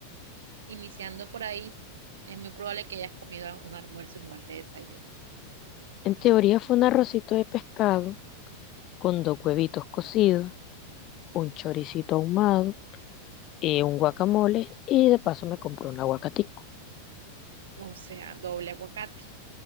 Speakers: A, on the right; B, on the left.
A: Iniciando por ahí, es muy probable que hayas comido un almuerzo en lugar de desayuno.
B: En teoría fue un arrocito de pescado con dos huevitos cocidos, un choricito ahumado, eh, un guacamole y de paso me compré un aguacate.
A: O sea, doble aguacate.